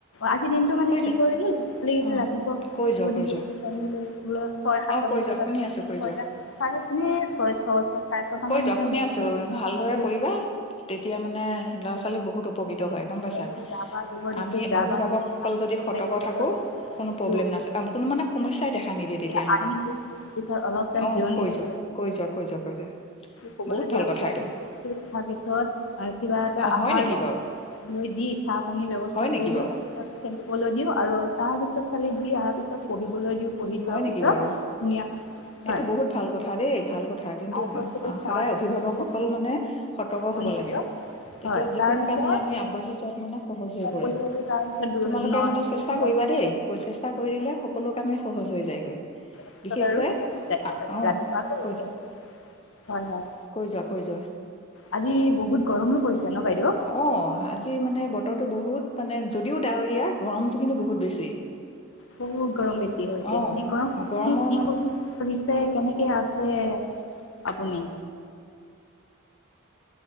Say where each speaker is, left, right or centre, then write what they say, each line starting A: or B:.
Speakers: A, on the left (about 70°); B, on the left (about 25°).
A: আজি দিনটো মানে
B: কৈ
A: কি
B: যোৱা
A: কৰিলোঁ ল'ৰা ছোৱালী কেইটা
B: অ
A: ৰাতিপুৱা
B: কৈ যোৱা কৈ
A: <inaudible>
B: যোৱা
A: ছয় সাত
B: অ কৈ
A: মান
B: যোৱা
A: বজাত,
B: শুনি আছো কৈ
A: ছয়
B: যোৱা
A: চাৰে ছয় ছ চাৰে ছটা
B: কৈ
A: মানতে
B: যোৱা শুনি
A: হৈছে
B: আছো ভালদৰে
A: ম <inaudible>
B: কৰিবা তেতিয়া মানে ল'ৰা ছোৱালী বহুত উপকৃত হয় গম পাইছা?
A: তাৰপিছত গা পা ধুব দিছোঁ
B: আমি
A: গা
B: অভিভাৱকসকল
A: পা ধুই
B: যদি
A: পেলাই
B: সতৰ্ক
A: স্কুলত
B: থাকো কোনো
A: দিছোঁ
B: প্ৰব্লেম
A: স্কুলৰ
B: নাছে কোনো মানে সমস্যাই দেখা নিদিয়ে
A: পৰা
B: তেতিয়া আমাৰ।
A: আনিলোঁ
B: অ',
A: পিছত অলপ টাইম জিৰণি
B: কৈ
A: লৈ
B: যোৱা কৈ যোৱা কৈ যোৱা কৈ যোৱা,
A: শুবলৈ
B: বহুত
A: দিয়াৰ
B: ভাল কথা এইটো।
A: পিছত আ, কিবা এটা
B: অ
A: আহাৰ
B: হয় নেকি
A: বনাই
B: বাৰু
A: <inaudible> দি চাহ পানীৰ ব্যৱস্থা
B: হয় নেকি
A: কৰি
B: বাৰু
A: লৈ তাৰপিছত খেলিবলৈ দিওঁ আৰু তাৰ পিছত খালি <unintelligible> অহাৰ পিছত পঢ়িবলৈ দিওঁ। পঢ়ি লোৱাৰ
B: হয় নেকি
A: পিছত
B: বাৰু।
A: ধুনীয়া হয়
B: এইটো
A: মায়ে
B: বহুত ভাল কথা দেই। ভাল কথা। কিন্তু
A: সৰস্বতীক সেৱা
B: সদায়
A: কৰিবলৈ
B: অভিভাৱকসকল,
A: দিওঁ
B: মানে, সত সতৰ্ক
A: মণি
B: হ'ব
A: পিছত
B: লাগে। তেতিয়া
A: হয়
B: যিকোনো
A: তাৰপিছত
B: কামেই আমি আগবাঢ়ি যোৱাত, মানে, সহজ হৈ পৰে।
A: পঢ়িব দিওঁ তাৰপিছত
B: তোমালোকে
A: ন
B: মানে চেষ্টা
A: দহ
B: কৰিবা দেই। চেষ্টা কৰি দিলে সকলো কামেই সহজ হৈ যায়গৈ।
A: পিছত
B: বিশেষকৈ
A: আৰু টোপনি যায়
B: অ',
A: ৰাতিপুৱা আকৌ
B: কৈ
A: উঠে
B: যাওক
A: হয় হয়
B: কৈ যোৱা, কৈ যোৱা
A: আজি বহুত গৰমো পৰিছে ন বাইদেউ
B: অ', আজি মানে বতৰটো বহুত মানে যদিও ডাৱৰীয়া, গৰমটো কিন্তু বহুত বেছি
A: বহুত গৰম বেছি হৈছে।
B: অ
A: এনে গৰমত আপুনি
B: গৰমৰ
A: কি
B: মানে
A: কৰিম বুলি ভাবিছে? ৰে, কেনেকে আছে আপুনি?